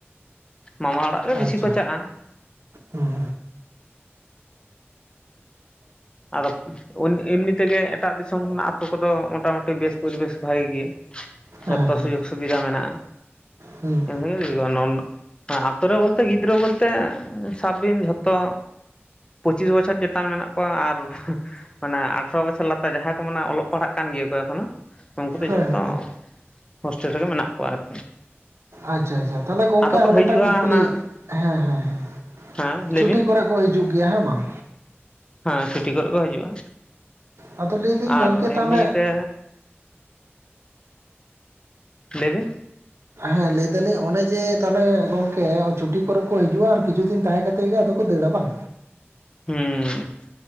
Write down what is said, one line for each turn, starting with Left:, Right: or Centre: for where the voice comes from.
Left: ᱢᱟᱢᱟ ᱚᱲᱟᱜ ᱜᱮ ᱵᱤᱥᱤ
Right: ᱟᱪᱪᱷᱟ
Left: ᱠᱚ ᱪᱟᱜᱼᱟ᱾
Right: ᱦᱩᱸ ᱦᱩᱸ
Left: ᱟᱫᱚ ᱩᱱ ᱮᱢᱱᱤ ᱛᱮᱜᱮ ᱮᱴᱟᱜ ᱫᱤᱥᱚᱢ ᱨᱮᱱᱟᱜ ᱟᱛᱳ ᱠᱚᱫᱚ ᱢᱚᱴᱟᱢᱩᱴᱤ ᱵᱮᱥ ᱯᱚᱨᱤᱵᱮᱥ ᱵᱷᱟᱜᱮ ᱜᱮ, ᱡᱷᱚᱛᱚ
Right: ᱦᱮᱸ ᱦᱮᱸ
Left: ᱥᱩᱡᱳᱜᱽ ᱥᱩᱵᱤᱫᱟ ᱢᱮᱱᱟᱜᱼᱟ᱾
Right: ᱦᱩᱸ᱾
Left: <unintelligible> ᱟᱛᱳ ᱨᱮ ᱵᱚᱞᱛᱮ ᱜᱤᱫᱽᱨᱟᱹ ᱵᱚᱞᱛᱮ ᱥᱟᱵ ᱵᱤᱱ ᱡᱷᱚᱛᱚ ᱯᱚᱸᱪᱤᱥ ᱵᱟᱪᱷᱚᱨ ᱪᱮᱛᱟᱱ ᱢᱮᱱᱟᱜ ᱠᱚᱣᱟ ᱟᱨ ᱢᱟᱱᱮ ᱟᱴᱷᱨᱚ ᱵᱚᱪᱷᱚᱨ ᱞᱟᱛᱟᱨ ᱡᱟᱦᱟᱸᱭ ᱠᱚ ᱢᱟᱱᱮ ᱚᱞᱚᱜ ᱯᱟᱲᱦᱟᱜ ᱠᱟᱱ ᱜᱮᱭᱟ ᱠᱚ ᱮᱠᱷᱚᱱᱳ, ᱩᱱᱠᱩ ᱫᱚ
Right: ᱦᱮᱸ
Left: ᱡᱷᱚᱛᱚ
Right: ᱦᱮᱸ
Left: ᱦᱳᱥᱴᱮᱞ ᱨᱮᱜᱮ ᱢᱮᱱᱟᱜ ᱠᱚᱣᱟ ᱟᱨᱠᱤ᱾
Right: ᱟᱪᱪᱷᱟ ᱟᱪᱪᱷᱟ ᱛᱟᱦᱞᱮ ᱜᱚᱝᱠᱮ
Left: ᱟᱫᱚ ᱠᱚ
Right: ᱟᱨ
Left: ᱦᱤᱡᱩᱜᱼᱟ
Right: ᱢᱤᱫᱴᱟᱝ ᱠᱩᱠᱞᱤ,
Left: ᱦᱟᱱᱟ
Right: ᱦᱮᱸ ᱦᱮᱸ ᱦᱮᱸ
Left: ᱦᱮᱸ ᱞᱟᱹᱭᱵᱤᱱ
Right: ᱪᱷᱩᱴᱤ ᱠᱚᱨᱮᱜ ᱠᱚ ᱦᱤᱡᱩᱜ ᱜᱮᱭᱟ ᱦᱮᱸ ᱵᱟᱝ?
Left: ᱦᱮᱸ ᱪᱷᱩᱴᱤ ᱠᱚᱨᱮᱜ ᱠᱚ ᱦᱤᱡᱩᱜᱼᱟ,
Right: ᱟᱫᱚ ᱞᱟᱹᱭᱫᱟᱹᱧ ᱜᱚᱝᱠᱮ
Left: ᱟᱨ ᱮᱢᱱᱤ
Right: ᱛᱟᱦᱚᱞᱮ
Left: ᱛᱮ ᱞᱮᱭ ᱵᱤᱱ᱾
Right: ᱦᱮᱸ ᱞᱮᱭ ᱫᱟᱞᱤᱧ ᱚᱱᱮ ᱡᱮ ᱛᱟᱦᱚᱞᱮ ᱜᱚᱝᱠᱮ ᱪᱷᱩᱴᱤ ᱠᱚᱨᱮᱜ ᱠᱚ ᱦᱤᱡᱩᱜᱼᱟ ᱟᱨ ᱠᱤᱪᱷᱩ ᱫᱤᱱ ᱛᱟᱦᱮᱸ ᱠᱟᱛᱮ ᱜᱮ ᱟᱫᱚ ᱠᱚ ᱫᱟᱹᱲᱟ ᱵᱟᱝ?
Left: ᱦᱩᱸ,